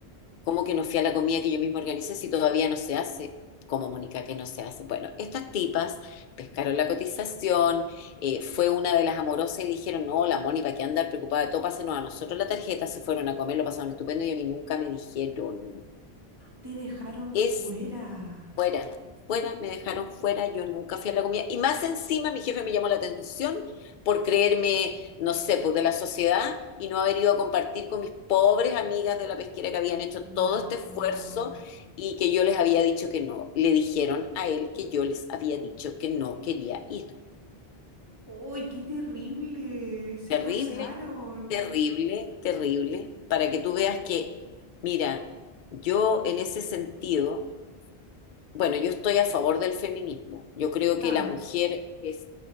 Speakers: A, on the left; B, on the right.
A: ¿Cómo que no fui a la comida que yo misma organicé si todavía no se hace? Como Mónica, que no se hace. Bueno, estas tipas pescaron la cotización, eh, fue una de las amorosas y le dijeron, no, la Mónica, ¿para qué andar preocupada de todo? Pásenos a nosotros la tarjeta, se fueron a comer, lo pasaron estupendo y a mí nunca me dijeron.
B: Te dejaron fuera.
A: es Fuera, fuera, me dejaron fuera, yo nunca fui a la comida. Y más encima mi jefe me llamó la atención por creerme, no sé, pues de la sociedad y no haber ido a compartir con mis pobres amigas de la pesquera que habían hecho
B: No.
A: todo este esfuerzo y que yo les había dicho que no. Le dijeron a él que yo les había dicho que no quería ir.
B: ¡Uy, qué terrible! Se
A: Terrible,
B: pasaron.
A: terrible, terrible, para que tú veas que, mira, yo en ese sentido Bueno, yo estoy a favor del feminismo. Yo creo
B: Claro,
A: que la mujer es